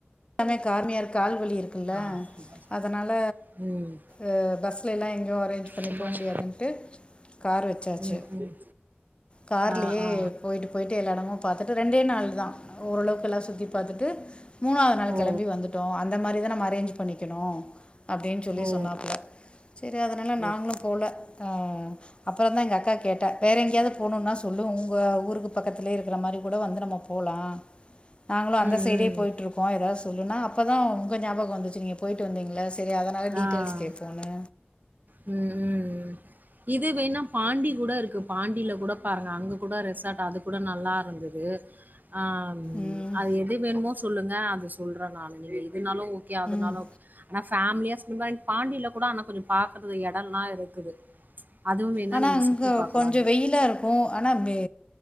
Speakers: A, on the left; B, on the right.
A: எல்லாமே கார்மியார் கால் வலி இருக்கு ல்ல
B: ஆ. சுபாஷ்.
A: அதனால
B: ம்.
A: அ பஸ்ல எல்லா எங்கு அரென்ஞ் பண்ணி
B: சுபாஷ்.
A: போமுடியாதுன்ட்டு கா ச்சார்ச்சு
B: ம், ம்.
A: கார்லயே
B: ஆ, ஆ.
A: போய்ட்டு போய்ட்டு எலா எடமு பாத்துட்டு ரெண்டே நாள் தா ஓரளவுக்கு எல்லா சுத்தி பார்த்துட்டு மூணு நாங்க
B: ஓ!
A: கெளம்பி வந்துட்டோ அந்த மாரிதான நம்ம அரேஞ்ச் பண்ணிக்கணு அப்டின்னு சொல்லி
B: ஓ!
A: சொன்னாப்புல செரி அதனால நாங்களு
B: ஓகே.
A: போல த அப்புறந்தா எங்க அக்கா கேட்டா வேற எங்கயாது போணுன்னா சொல்லு உங்க ஊருக்கு பக்கத்துலயே இருக்கிற மாரி கூட வந்து நம்ம போலா நாங்களு அந்த
B: ம்,
A: சைடே
B: ம்.
A: போயிட்ருக் எதாது சொல்லுன்னா அப்பதா உங்க ஞாபகோ வந்துச்சு நீங்க போயிட்டு வந்தீங்கல்ல செரி அதனால டீட்டெயில்ஸ்
B: ஆ.
A: கேப்போன்னு
B: ம், ம். இது வேண்ணா பாண்டி கூட இருக்கு பாண்டியில கூட பாருங்க அங்க கூட ரெசார்ட் அது கூட நல்லா இருந்துது அம்
A: ம்
B: அது எது வேணுமோ சொல்லுங் ஆ அது சொல்றே நானு <unintelligible> இதுனாலு ஓகே அதுனாலு
A: ம்
B: ஓகே ஆனா ஃபேமிலியா சோ இந்த மாரி பாண்டில கூட ஆனா கொஞ்ச பாக்குறதுக்கு எடோ எல்லா இருக்குது அதுவும் வேணா
A: ஆனா
B: நீங்க
A: அங்க
B: சுத்தி பார்க்கலாம்
A: கொஞ்ச
B: அங்கே.
A: வெயிலா இருக்கு ஆனா வே